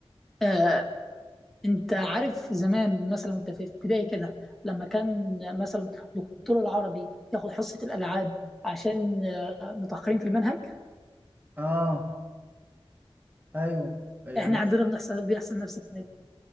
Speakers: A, in the centre; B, on the right (about 20°).
A: آه، انت عارف زمان مثلا انت في ابتدائي كده لما كان مثلا دكتور العربي ياخد حصة الالعاب عشان آه، متأخرين في المنهج
B: اه ايوه يعني
A: احنا
B: بس-
A: عندنا بنحصل بيحصل نفس الحاجة